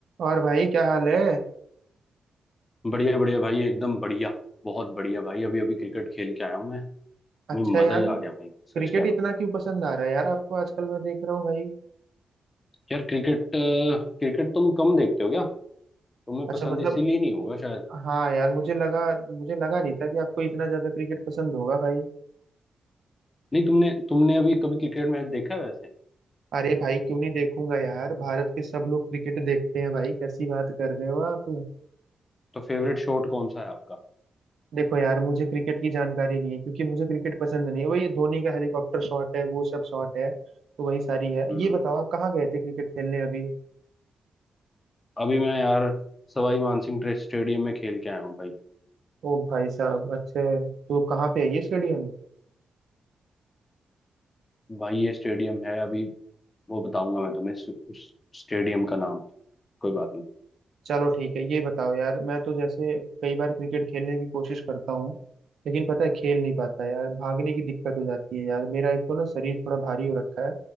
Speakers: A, on the right; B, on the left.
A: और भाई क्या हाल है
B: बढ़िया बढ़िया भाई एकदम बढ़िया बहुत बढ़िया भाई अभी अभी क्रिकेट खेल के आया हूँ मैं
A: अच्छा
B: मैं
A: यार
B: मजा ही आ गया भाई सच
A: क्रिकेट
B: कह रहा
A: इतना
B: हूँ
A: क्यों पसंद आ रहा है यार आपको आजकल मैं देख रहा हूँ भाई
B: यार क्रिकेट क्रिकेट तुम कम देखते हो क्या तुम्हें
A: अच्छा
B: पसंद
A: मतलब
B: इसीलिए नहीं होगा शायद
A: हाँ यार मुझे लगा मुझे लगा नहीं था कि आपको इतना ज्यादा क्रिकेट पसंद होगा भाई
B: नहीं तुमने तुमने अभी कभी क्रिकेट मैच देखा है वैसे
A: अरे भाई क्यों नहीं देखूंगा यार भारत के सब लोग क्रिकेट देखते हैं भाई कैसी बात कर रहे हो आप
B: तो फेवरेट शॉट कौन सा है आपका
A: देखो यार मुझे क्रिकेट की जानकारी नहीं है क्योंकि मुझे क्रिकेट पसंद नहीं है वही धोनी का हेलीकॉप्टर शॉट है वो सब शॉट है तो वही सारी है
B: हम्म
A: ये बताओ आप कहाँ गए थे क्रिकेट खेलने अभी
B: अभी मैं यार सवाई मानसिंह ट्रेस्ट स्टेडियम में खेल के आया हूँ भाई
A: ओ भाई साहब अच्छा तो कहाँ पे है ये स्टेडियम
B: भाई ये स्टेडियम है अभी वो बताऊंगा मैं तुम्हें उस उस स्टेडियम का नाम कोई बात नहीं
A: चलो ठीक है ये बताओ यार मैं तो जैसे कई बार क्रिकेट खेलने की कोशिश करता हूँ लेकिन पता है खेल नहीं पाता यार भागने की दिक्कत हो जाती है यार मेरा एक तो ना शरीर थोड़ा भारी हो रखा है